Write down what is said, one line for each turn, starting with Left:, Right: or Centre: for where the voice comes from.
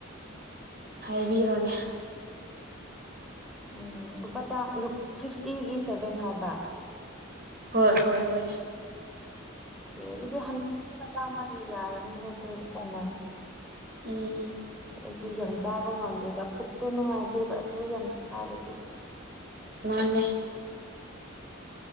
Right: ꯍꯥꯏꯕꯤꯔꯣꯅꯦ
Centre: ꯎꯝ ꯂꯨꯄꯥ ꯆ ꯐꯤꯐꯇꯤꯒꯤ ꯁꯦꯚꯦꯟ ꯍꯥꯏꯕ
Right: ꯍꯣꯏ ꯍꯣꯏ ꯍꯣꯏ
Centre: ꯑꯣꯈꯦ ꯑꯗꯨꯗꯤ ꯍꯥꯃ ꯌꯥꯔꯅꯤꯗ ꯑꯗꯨꯗꯤ ꯀꯣꯟꯅꯅꯤ
Right: ꯎꯝ ꯎꯝ
Centre: ꯑꯩꯁꯨ ꯌꯥꯝ ꯆꯥꯕ ꯉꯝꯗꯦꯕ ꯄꯨꯛꯇꯣ ꯅꯨꯡꯉꯥꯏꯇꯦꯕ ꯑꯗꯨ ꯌꯥꯝ ꯆꯥꯔꯗꯤ
Right: ꯃꯥꯅꯦ